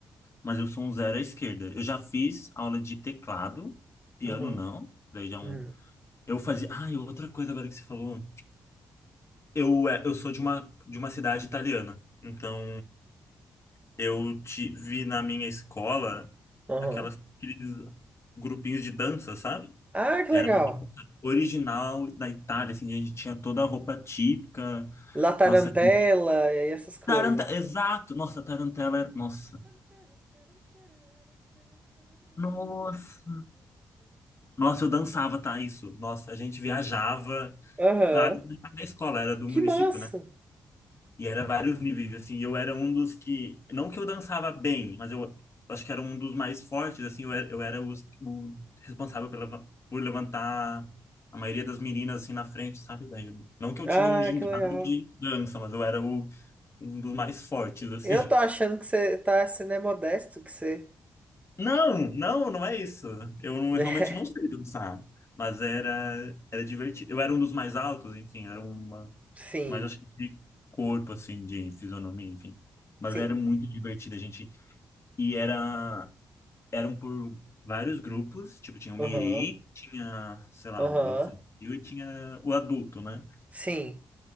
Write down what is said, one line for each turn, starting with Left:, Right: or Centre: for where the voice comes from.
Left: mas eu sou um zero à esquerda. Eu já fiz aula de teclado, piano
Right: Uhum,
Left: não. Daí já é um.
Right: uhum,
Left: Eu fazia. Ah, e outra coisa agora que você falou. Eu, é, eu sou de uma, de uma cidade italiana. Então, eu tive na minha escola
Right: uhum.
Left: aquelas, aqueles grupinhos de dança, sabe?
Right: Ah, que
Left: Era
Right: legal!
Left: uma dança original da Itália, assim, a gente tinha toda a roupa típica.
Right: La tarantela
Left: Nossa,
Right: e aí essas coisas.
Left: taranta... exato! Nossa, tarantela era. Nossa. Nossa! Nossa, eu dançava, tá? Isso. Nossa, a gente viajava.
Right: Aham.
Left: Ah, não era da escola, era do
Right: Que
Left: município,
Right: massa!
Left: né? E era vários níveis, assim. e Eu era um dos que. Não que eu dançava bem, mas eu acho que era um dos mais fortes, assim. Eu era, eu era os- o responsável pela, por levantar a maioria das meninas, assim, na frente, sabe? Daí, eu- não que eu
Right: Ah,
Left: tinha um gingado
Right: que legal.
Left: de dança, mas eu era o, um dos mais fortes, assim.
Right: Eu tô achando que você tá sendo é modesto, que você,
Left: Não, não, não é isso. Eu não-
Right: né?
Left: realmente não sei
Right: <laughs>
Left: dançar, mas era era divertido. Eu era um dos mais altos, enfim, era uma,
Right: Sim,
Left: mas acho que de corpo assim, de fisionomia, enfim. Mas
Right: sim.
Left: era muito divertido a gente e era eram por vários grupos, tipo tinha o
Right: Aham,
Left: Mirim, tinha, sei lá,
Right: aham.
Left: o infantil e tinha o adulto, né?
Right: Sim.